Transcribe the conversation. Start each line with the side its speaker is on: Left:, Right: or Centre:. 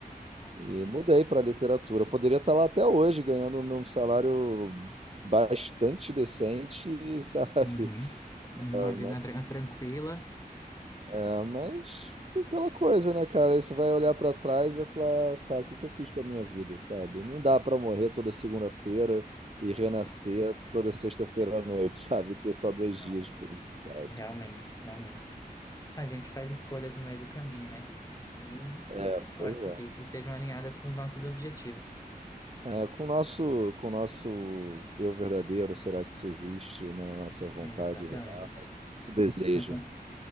Left: Nossa.
Right: E mudei para literatura. Eu poderia estar lá até hoje, ganhando um salário bastante decente, <laughs> sabe?
Left: Uhum. Uma
Right: Ah,
Left: vida tran- tranquila.
Right: Ah, mas aquela coisa, né, cara? Aí você vai olhar pra trás e vai falar, tá, o que que eu fiz com a minha vida, sabe? Não dá pra morrer toda segunda-feira e renascer
Left: Não,
Right: toda sexta-feira à noite, <laughs> sabe? Ter só dois
Left: não,
Right: dias de felicidade.
Left: realmente, realmente. A gente faz escolhas no meio do caminho, né? E
Right: É,
Left: isso que importa,
Right: pois é.
Left: que isso estejam alinhadas com os nossos objetivos.
Right: É, com o nosso, com o nosso eu verdadeiro, será que isso existe, né? Nossa vontade
Left: Exatamente.
Right: real, nosso desejo.
Left: <laughs>